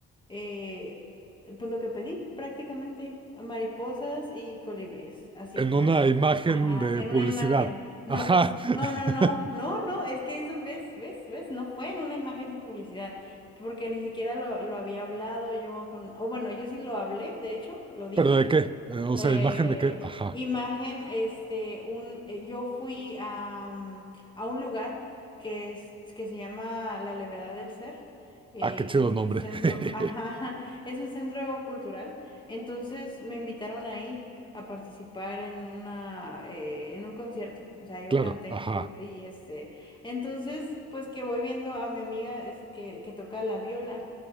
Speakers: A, on the left; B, on the right.
A: eh, pues lo que pedí prácticamente, mariposas y colibríes, así,
B: En
A: al
B: una imagen
A: ajá,
B: de
A: en
B: publicidad.
A: una imagen. No,
B: Ajá. <laughs>
A: no, no, no, no, no, es que eso, ves, ves, ves, no fue en una imagen de publicidad. Porque ni siquiera lo, lo había hablado yo con, o bueno, yo sí lo hablé, de hecho, lo dije,
B: ¿Pero de qué? Eh, o
A: eh,
B: sea, ¿imagen de qué? Ajá.
A: imagen, este, un, eh, yo fui a, mm, a un lugar que es, que se llama La Levedad del Ser, eh,
B: Ah, qué chido
A: que es un
B: nombre.
A: centro,
B: <laughs>
A: <laughs> ajá, es un centro cultural. Entonces me invitaron ahí a participar en una, eh, en un concierto. O sea, yo
B: Claro,
A: canté,
B: ajá.
A: yo, y este, entonces, pues que voy viendo a mi amiga es que, que toca la viola.